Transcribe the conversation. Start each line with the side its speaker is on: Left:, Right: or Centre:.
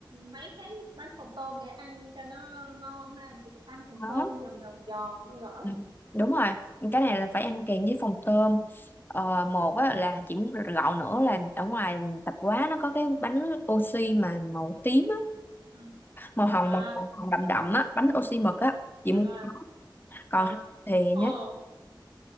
Right: mấy cái bánh phồng tôm để ăn cho nó ngon ha chị ăn phồng tôm
Left: đó
Right: giòn giòn giòn với gỏi
Left: Ừ. đúng rồi cái này là phải ăn kèm với phần tôm ờ, một á, là chị muốn gọn nữa là ở ngoài tạp hóa nó có cái bánh oxy mà màu tím á,
Right: ừ
Left: màu hồng
Right: à
Left: màu, màu hồng đậm đậm á bánh oxy mực á chị
Right: à
Left: muốn còn
Right: à
Left: thì
Right: ồ
Left: nếu